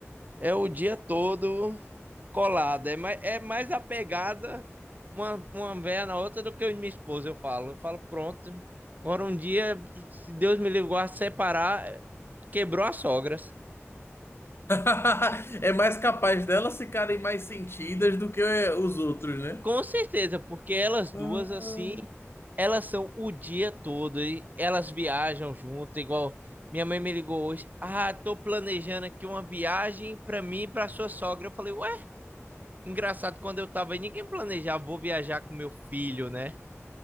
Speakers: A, on the right; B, on the left.
A: É o dia todo colada. É mais, é mais apegada uma, uma véia na outra do que eu e minha esposa, eu falo. Eu falo, pronto. Agora um dia, se Deus me livrar, separar, eh, quebrou as sogras.
B: <laughs> É mais capaz delas ficarem mais sentidas do que os outros, né?
A: Com certeza, porque elas duas,
B: Ah.
A: assim, elas são o dia todo e elas viajam junto, igual minha mãe me ligou hoje. Ah, tô planejando aqui uma viagem pra mim e pra sua sogra. Eu falei, ué, engraçado, quando eu tava aí, ninguém planejava, vou viajar com meu filho, né?